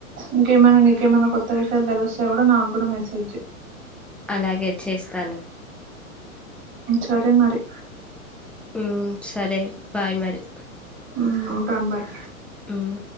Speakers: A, on the right (about 25°); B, in the centre.
A: ఇంకేమైన్నా నీకేమన్నా కొత్త విషయాలు తెలుస్త ఎవడో నాకు కూడా మెసేజ్
B: అలాగే చేస్తాను
A: సరే మరి
B: మ్మ్ సరే బాయ్ మరి
A: మ్మ్ ఉంటాను బాయ్
B: మ్మ్